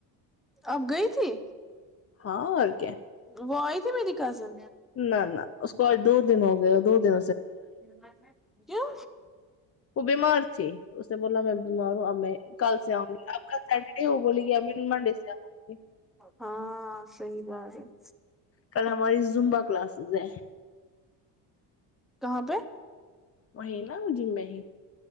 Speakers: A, in the centre; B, on the left (about 35°).
A: اب گئی تھی
B: ہاں اور کیا
A: وہ آئی ت میری کزن
B: نہ نہ اس کو آج دو دن ہو گیا دو دن
A: وں
B: وہ بیمار تھی اس نے بولا میں بیمار ہوں اب میں کل سے آؤں گی اب کل سیٹرڈے وہ بولے گی اب میں منڈے سے آؤں گی
A: ہاں صحی بات جی
B: کل ہماری زمبہ کلاسز ہیں
A: کہاں پہ
B: وہینا ج میںہ ہی